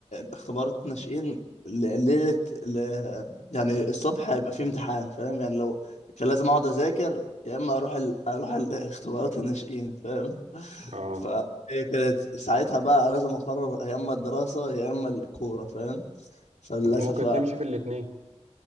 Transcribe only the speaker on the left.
اختبارات ناشئين ل- ليلة ل- يعني الصبح هيبقى في امتحان فاهم يعني لو كان لازم أقعد أذاكر يا إما أروح ال... أروح الاختبارات الناشئين فاهم <laughs>
فهي كانت ساعتها بقى لازم أقرر يا إما الدراسة يا إما الكورة فاهم فللأسف